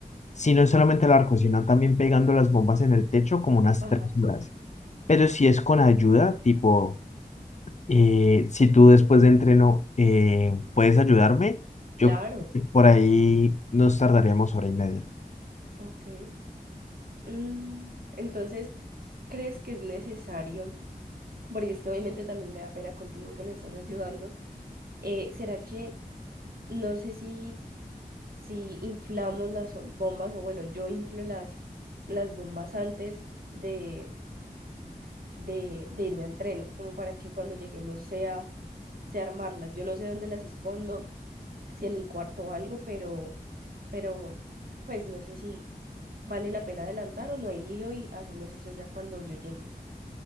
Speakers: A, on the left; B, on the right.
A: si no es solamente la cocina, también pegando las bombas en el techo, como unas
B: Ajá.
A: tres horas. Pero si es con ayuda, tipo Eh, si tú después de entreno eh, puedes ayudarme, yo
B: Claro,
A: creo que por ahí nos tardaríamos hora y media.
B: ok. Mm, entonces... crees que es necesario? Porque es que obviamente también me da pena contigo que me estás ayudando. Eh, ¿será que no sé si, si inflamos las o- bombas o bueno, yo inflo las, las bombas antes de, de, de irme a entreno, como para que cuando lleguemos sea, sea armarlas. Yo no sé dónde las escondo, si en mi cuarto o algo, pero, pero pues no sé si vale la pena adelantar o no hay lío y hacemos eso ya cuando yo llegue.